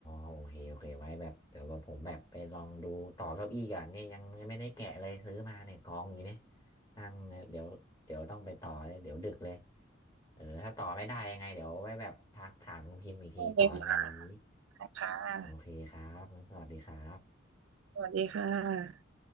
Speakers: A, on the left; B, on the right.
A: โอเคโอเคไว้แบบเดี๋ยวแบบผมแบบไปลองดูต่อเก้าอี้กัอนเนี่ยยังไม่ได้แกะเลยซื้อมาเนี่ยกองอยู่เนี่ยนั่งเนี่ยเดี๋ยวเดี๋ยวต้องไปต่อเลยเดี๋ยวดึกเลยเออถ้าต่อไม่ได้ยังไงเดี๋ยวไว้แบบทักถามคุณพิมพ์อีกทีต่อยังไงอะไรอย่างนี้
B: ได้เลยค่ะค่ะ
A: โอเคครับงั้นสวัสดีครับ
B: สวัสดีค่ะ